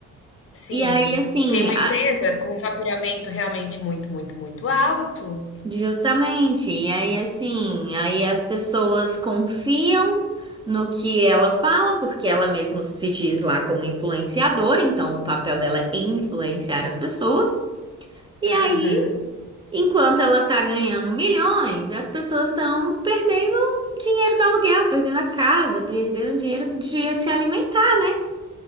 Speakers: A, on the left; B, on the right.
A: Sim,
B: E aí, assim,
A: tem uma
B: a-
A: empresa com faturamento realmente muito, muito, muito alto.
B: justamente, e aí, assim, aí as pessoas confiam no que ela fala, porque ela mesma se diz lá como influenciadora, então o papel dela é influenciar as pessoas. E aí
A: Uhum.
B: Enquanto ela tá ganhando milhões, as pessoas estão perdendo dinheiro do aluguel, perdendo a casa, perdendo dinheiro de se alimentar, né?